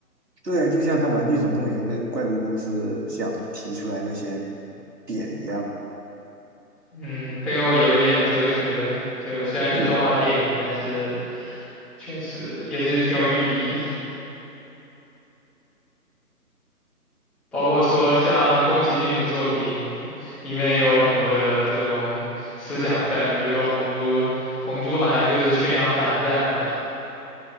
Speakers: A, on the right; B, in the centre.
A: 对，就像他《玩具总动员》跟怪物公司想提出来那些点一样嘛。
B: 嗯，背后有一点哲学的，就虽然是动画电影，
A: 对，
B: 但是确实也是挺有寓意的。包括说像宫崎骏的作品里面也有很多的这种思想在，比如说《红猪》，《红猪》好像就是宣扬反战的吧？